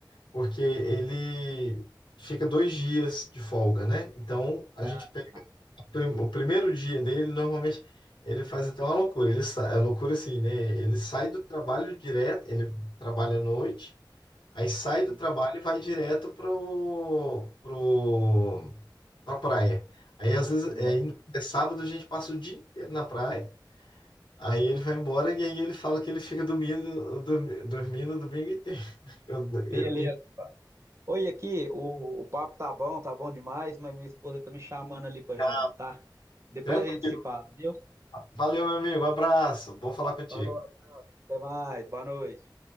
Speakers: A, on the left (about 80°); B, on the right (about 35°).
A: porque ele fica dois dias de folga, né? Então, a
B: Ah,
A: gente pega
B: ah,
A: o prim- o primeiro dia dele, normalmente. Ele faz até uma loucura, ele sai, é loucura assim, né? Ele sai do trabalho direto, ele trabalha à noite, aí sai do
B: uhum,
A: trabalho e vai direto pro, pro, na praia. Aí às vezes
B: não.
A: é, indo- é sábado, a gente passa o dia inteiro na praia. Aí ele vai embora e aí ele fala que ele fica dormindo, dormi- dormindo o domingo inteiro. <laughs> Eu- eu-
B: Beleza.
A: e-
B: Oi, aqui, o, o papo tá bom, tá bom demais, mas minha esposa tá me chamando ali pra
A: tá
B: jantar. Depois
A: tranquilo.
B: a gente se fala, viu?
A: Valeu, meu amigo. Abraço. Bom falar contigo.
B: Falou, até mais, boa noite.